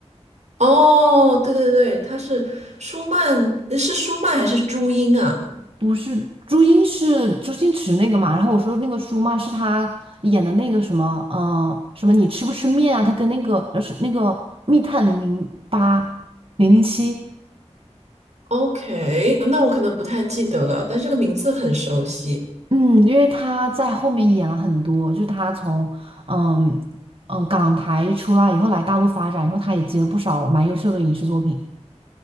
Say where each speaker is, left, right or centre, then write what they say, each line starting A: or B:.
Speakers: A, on the right; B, on the right.
A: 哦，对对对，他是舒曼，呃是舒曼还是朱茵啊
B: 不是朱茵是周星驰那个嘛？然后我说那个舒曼是他演的那个什么，呃，什么你吃不吃面啊？他跟那个呃是那个密探零零八零零七，
A: ？OK，那我可能不太记得了，但这个名字很熟悉。
B: 嗯，因为他在后面演了很多，就是他从嗯嗯、呃港台出来以后来大陆发展然后，他也接了不少蛮优秀的影视作品。